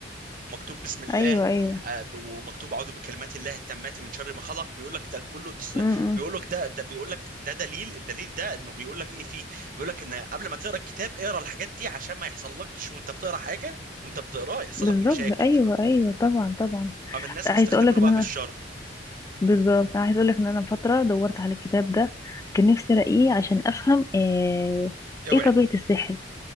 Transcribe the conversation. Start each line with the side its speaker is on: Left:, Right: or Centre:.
Right: مكتوب بسم الله
Left: ايوه ايوه
Right: آه، ومكتوب اعوذ بكلمات الله التامات من شر ما خلق بيقول لك ده كله دس...
Left: امم
Right: بيقول لك ده ده بيقول لك ده دليل الدليل ده انه بيقول لك ايه فيه بيقول لك ان قبل ما تقرا الكتاب اقرا الحاجات دي عشان ما يحصلكش وانت بتقرا حاجه وانت بتقراه يحصل
Left: بالظبط
Right: لك مشاكل
Left: ايوه ايوه طبعا طبعا
Right: اما الناس
Left: عايز
Right: مستخدمينه
Left: اقول لك ان
Right: بقى
Left: انا
Right: في الشر
Left: بالظبط انا عايز اقول لك ان انا فترة دورت على الكتاب ده كان نفسي الاقيه عشان افهم آه،
Right: اوعي
Left: ايه طبيعة السحر